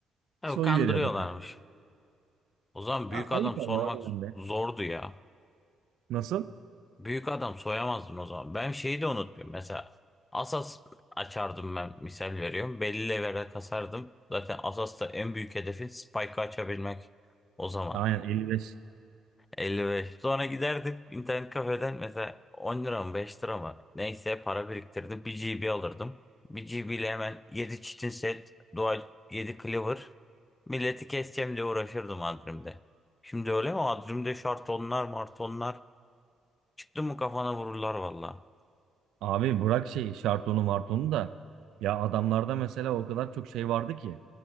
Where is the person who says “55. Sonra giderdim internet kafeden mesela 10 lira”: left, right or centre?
Left